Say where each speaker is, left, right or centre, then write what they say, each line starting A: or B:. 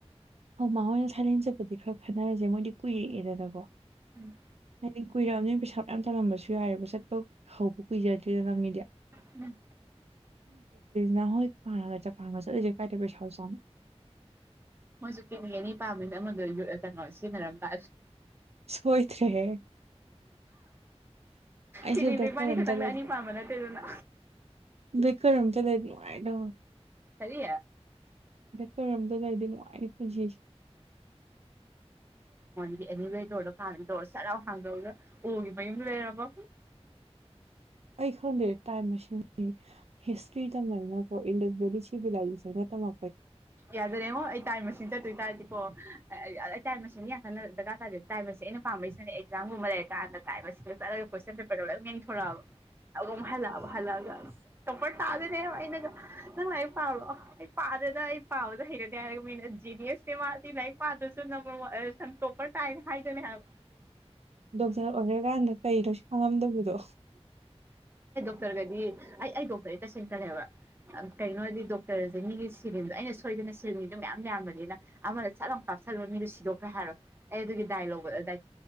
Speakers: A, on the right; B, on the right.
A: ꯍꯣ ꯃꯣꯏꯅ ꯊꯥꯔꯦꯟ ꯆꯠꯄꯗꯤ ꯈꯔ ꯈꯟꯅꯔꯁꯦ ꯃꯣꯏꯗꯤ ꯀꯨꯏꯌꯦꯛꯑꯦꯗꯅꯀꯣ
B: ꯎꯝ
A: ꯍꯩꯅ ꯀꯨꯏꯔꯛꯑꯕꯅꯤꯅ ꯄꯩꯁꯥ ꯃꯌꯥꯝ ꯆꯜꯂꯝꯕꯁꯨ ꯌꯥꯏꯑꯦꯕ ꯆꯠꯄ ꯍꯧꯕ ꯀꯨꯏꯖꯗꯦ ꯝꯗ ꯃꯤꯒꯤꯦ
B: ꯎꯝ
A: ꯅ ꯍꯣꯏ ꯄꯥꯉꯒ ꯆꯄꯥꯟꯒ ꯆꯠꯂꯂꯤꯁꯦ ꯀꯥꯏꯗ ꯄꯩꯁꯥ ꯆꯥꯅꯣ
B: ꯃꯣꯏꯁꯨ ꯀꯤꯅꯤ ꯑꯅꯤ ꯄꯥꯝꯃꯤꯅ ꯑꯃꯗꯣ ꯀꯩꯅꯣ ꯁꯤꯖꯤꯟꯅꯔꯝꯕ
A: ꯁꯣꯏꯗ꯭ꯔꯦꯍꯦ ꯑꯩꯁꯨ
B: ꯀꯦꯛꯅꯤꯗꯣ
A: ꯕꯦꯀꯔ
B: ꯏꯕꯥꯅꯤ
A: ꯑꯝꯇ
B: ꯈꯛꯇꯪꯗ
A: ꯂꯩ
B: ꯑꯅꯤ ꯄꯥꯝꯕ ꯅꯠꯇꯦꯗꯅ
A: ꯕꯦꯀꯔ ꯑꯝꯇ ꯂꯩꯔ ꯥꯏꯗꯣ
B: ꯀꯔꯤ
A: ꯀꯔꯝꯗꯒꯗꯤ ꯅꯨꯡꯉꯥꯏꯔꯤ ꯄꯨꯟꯁꯤꯁꯦ
B: ꯑꯦꯅꯤ ꯋꯦꯗꯧꯔꯣ ꯐ ꯇꯧꯔ ꯆꯔꯥꯎ ꯍꯥꯡꯗꯣꯛꯔꯒ ꯎꯒꯤ ꯃꯌꯨꯝꯗꯣ ꯂꯩꯔꯕꯣ
A: ꯑꯩ ꯈꯪꯗꯦ ꯇꯥꯏꯝ ꯃꯗꯤ ꯍꯤꯁꯇ꯭ꯔꯤ ꯃꯣ ꯏꯟꯁ ꯦꯂꯤꯁꯤꯕ ꯂꯩꯥꯏ ꯁꯦ ꯇꯃ
B: ꯌꯥꯗꯔꯦꯡꯉꯣ ꯑꯩ ꯇꯥꯏ ꯃꯁꯤꯡ ꯆꯠꯇꯣꯏ ꯇꯥꯔꯗꯤꯀꯣ ꯑꯩ ꯇꯥꯏ ꯃꯁꯤꯡ ꯀꯣꯏꯟ ꯌꯥ ꯀꯟꯅ ꯗꯔꯀꯥ ꯇꯥꯔꯗꯤ ꯇꯥꯏꯝꯁ ꯑꯩꯅ ꯄꯥꯝꯝꯕꯩꯁꯤꯅꯦ ꯑꯦꯛꯖꯥꯝꯒꯨꯝꯕ ꯂꯩꯔ ꯀꯥꯟꯗ ꯇꯥꯏꯝ ꯑꯁꯤꯁꯤꯗ ꯆꯠꯂꯒ ꯀꯣꯏꯁꯟ ꯄꯦꯄꯔꯗꯔꯣꯏꯝ ꯌꯦꯊꯣꯔꯛꯑꯕ ꯑꯗꯨꯝ ꯍꯜꯂꯛꯕ ꯍꯜꯂꯛꯑꯥꯒꯥ ꯑꯁ ꯇꫭꯄꯔ ꯇꯥꯗꫭꯏꯅꯦꯕ ꯑꯩꯅꯒ ꯅꯪꯅ ꯄꯥꯕꯔꯣ ꯑꯩ ꯄꯗꯤꯌꯦ ꯗ <unintelligible> ꯄꯥꯕꯗꯨ ꯍꯩꯅꯗꯦ ꯍꯥꯏꯒ ꯃꯤꯅ ꯖꯤꯅꯤꯌꯁꯅꯦ ꯃꯥꯗꯤ ꯂꯥꯏꯔꯤꯛ ꯄꯥꯗ꯭ꯔꯁꯨ ꯇꯣꯄꯔ ꯇꯥꯏꯅ ꯍꯥꯏꯗꫭꯏꯅꯦ ꯍꯥꯏꯕ
A: ꯗꯣꯛꯇꯔ ꯑꯣꯏꯔꯀꯥꯟꯗ ꯀꯩꯅꯣ ꯁꯤ ꯈꯪꯉꯝꯗꯕꯗꯣ
B: ꯗꯣꯛꯇꯔꯒꯗꯤ ꯑꯩ ꯑꯩ ꯗꯣꯛꯇꯔꯦ ꯇꯁꯦꯡꯅꯔꯦꯕ ꯀꯔꯤꯩꯅꯣ ꯍꯥꯏꯗꯤ ꯗꯣꯛꯇꯔꯁꯦ ꯃꯤꯒꯤ ꯁꯤꯔꯤꯟꯗꯣ ꯑꯩꯅ ꯁ ꯁꯣꯏꯗꯅ ꯁꯤꯜꯃꯤꯗꯨꯣ ꯃꯌꯥꯝ ꯌꯥꯝꯕꯅꯤꯅ ꯑꯃꯗ ꯆꯠꯂꯝꯣ ꯀꯥꯞꯁꯤꯜꯂꯒ ꯃꯤꯗꯨ ꯁꯤꯗꯣꯛꯈ꯭ꯔꯦ ꯍꯥꯏꯔꯣ ꯑꯩ ꯑꯗꯨꯒꯤ ꯗꯥꯏ ꯂꯧꯕꯗꯣꯗꯥꯏ